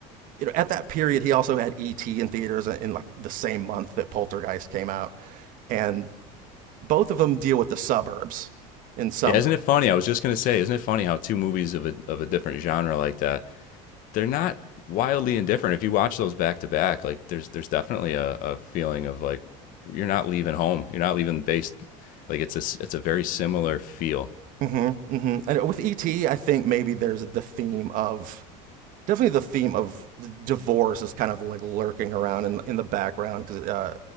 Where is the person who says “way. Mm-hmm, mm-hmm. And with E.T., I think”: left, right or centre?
Right